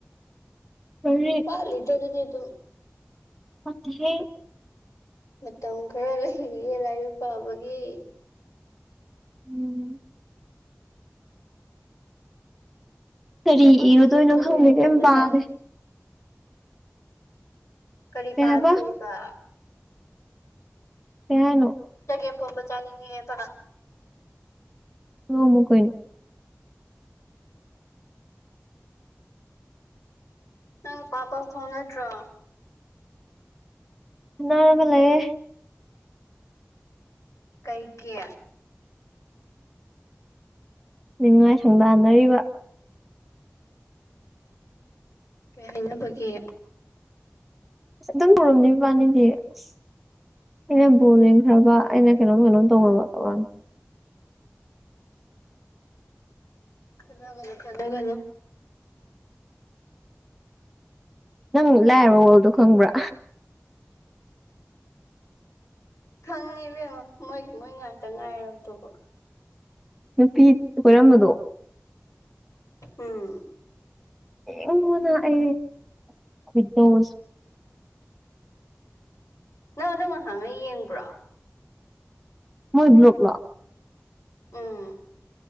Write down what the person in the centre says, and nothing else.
ꯀꯔꯤ
ꯅꯠꯇꯦꯍꯦ
ꯎꯝ ꯀꯔꯤ
ꯏꯔꯨꯗꯣꯏꯅꯣ
ꯈꯪꯗꯦ ꯀꯩꯝ
ꯄꯥꯗꯦ
ꯀꯩ
ꯍꯥꯏꯕ ꯀꯩꯍꯥꯏꯅꯣ
ꯄꯣꯝꯃꯨ ꯀꯩꯅꯣ
ꯅꯔꯒꯥꯂꯩꯌꯦ
ꯅꯤꯡꯅꯤꯉꯥꯏ ꯁꯪꯗꯥꯟꯅꯔꯤꯕ
ꯑꯁ ꯑꯗꯨꯝ ꯇꯧꯔꯝꯅꯤ ꯏꯕꯥꯅꯤꯗꯤ ꯑꯁ ꯏꯩꯅ ꯣꯜꯡ ꯈ꯭ꯔꯕ ꯏꯩꯅ ꯀꯩꯅꯣ ꯍꯦꯜꯂꯝ ꯇꯧꯔ ꯋꯥ ꯃꯇꯝꯕꯔꯅꯤ
ꯅꯪ ꯂꯥꯏꯔꯕ ꯋꯥꯣꯜꯗꯣ ꯈꯪꯕ꯭ꯔꯥ
ꯅꯨꯄꯤ ꯈꯣꯏꯔꯝꯕꯗꯣ
ꯡ ꯃꯅ ꯑꯩ ꯈꯣꯏꯗꯧ
ꯃꯣꯏ ꯂꯣꯛ ꯂꯣ